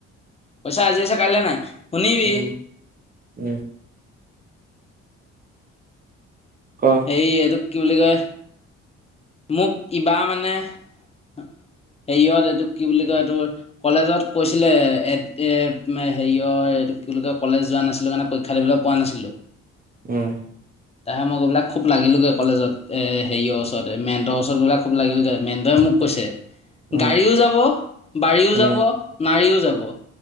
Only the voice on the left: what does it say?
পইছা আজি আছে কাইলৈ নাই শুনিবি।
সেই এইটোক কি বুলি কয়। মোক কিবা মানে হেৰিয়ত এইটোক কি বুলি কয় এইটোৰ। কলেজত কৈছিলে এ হেৰিয়ৰ এই কি বুলি কলেজ যোৱা নাছিলো কাৰণে। পৰীক্ষা দিবলে পোৱা নাছিলোঁ।
তাৰপিছত মই গৈ পেলাই খুব লাগিলগে কলেজত হেৰিয়ৰ ওচৰত। মেণ্টৰ ওচৰত গৈ পেলাই খুব লাগিলোগে মেন্দেয়ে মোক কৈছে
গাড়ীও যাব বাৰীও
যাব নাৰীও যাব।